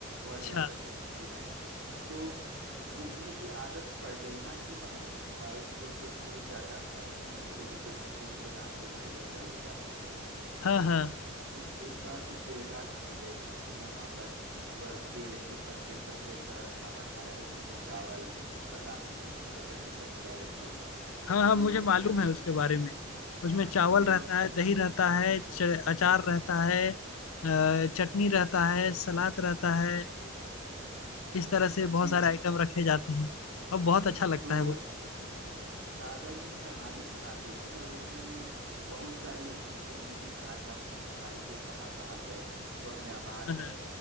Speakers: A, on the right; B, on the left.
A: वह
B: अच्छा
A: लुम्बिनी गए तो घूमने की आदत पड़ गई ना इसी बहाने हमारे स्कूल से टूर जाता था एजुकेशन टूर के नाम पे वह इधर उधर ले जाते थे
B: हाँ हाँ
A: ए, एक बार तो केरला भी ले गए थे हमने वहां पर वह केले के पत्ते पर ढेर सारा खाना खाया जिसपे चावल पता नहीं कितनी तरह की सब्जियां रखी हुई थी
B: हाँ
A: तो
B: हाँ मुझे
A: यह
B: मालूम
A: सब सारी
B: है उसके
A: चीजें
B: बारे
A: तो थी
B: में उसमें चावल
A: और
B: रहता है दही रहता है च, अचार रहता है अ, चटनी रहता है सलाद रहता है इस तरह से बहुत
A: जी
B: सारे
A: जी
B: आइटम
A: जी
B: रखे जाते हैं और बहुत अच्छा लगता
A: तो
B: है वो
A: दादाजी कहानी सुनाते थे और उन्होंने बहुत सारी अपने घूमने की कहानियां मुझे सुनाई कि वो कहाँ कहाँ गए वह म्यांमार
B: हाँ हाँ
A: गए